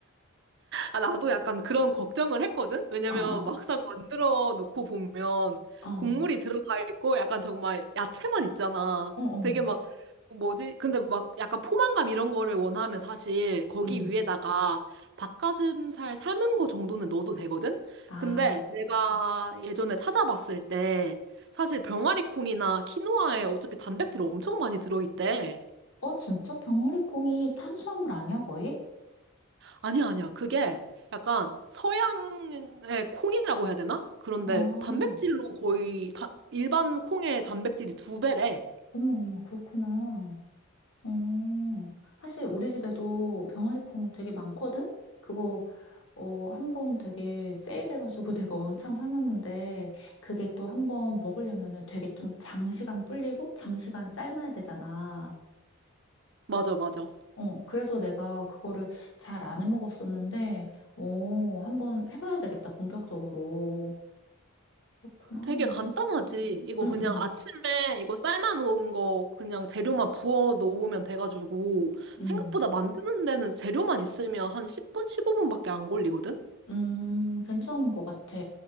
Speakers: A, on the right (about 50°); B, on the left (about 60°).
A: 아, 나도 약간 그런 걱정을 했거든? 왜냐면
B: 어, 어,
A: 막상 만들어 놓고 보면
B: 어,
A: 곡물이 들어가 있고 약간 정말 야채만 있잖아.
B: 어, 어.
A: 되게 막, 뭐지? 근데 막 약간 포만감 이런 거를 원하면 사실 거기
B: 음,
A: 위에다가 닭가슴살 삶은 거 정도는 넣어도 되거든?
B: 아,
A: 근데 내가 예전에 찾아봤을 때 사실 병아리 콩이나 키노아에 어차피 단백질이 엄청 많이 들어있대.
B: 어, 진짜? 병어리콩이 탄수화물 아니야, 거의?
A: 아니야, 아니야. 그게 약간 서양의 콩이라고 해야 되나? 그런데
B: 아..
A: 단백질로 거의 다, 일반 콩의 단백질이 두 배래.
B: 어머, 어머, 그렇구나. 어, 사실 우리 집에도 병아리콩 되게 많거든? 그거, 어, 한 번 되게 세일해가지고 <laughs> 내가 왕창 사놨는데, 그게 또 한 번 먹으려면은 되게 좀 장시간 불리고, 장시간 삶아야 되잖아.
A: 맞아, 맞아.
B: 어, 그래서 내가 그거를 잘 안 해 먹었었는데, 어, 한번 해봐야 되겠다, 본격적으로. 그렇구나.
A: 되게 간단하지. 이거
B: 응,
A: 그냥
B: 응,
A: 아침에 이거 삶아 놓은 거 그냥 재료만 부어 놓으면 돼가지고
B: 응.
A: 생각보다 만드는 데는 재료만 있으면 한 10분, 15분밖에 안 걸리거든?
B: 음, 괜찮은 것 같아.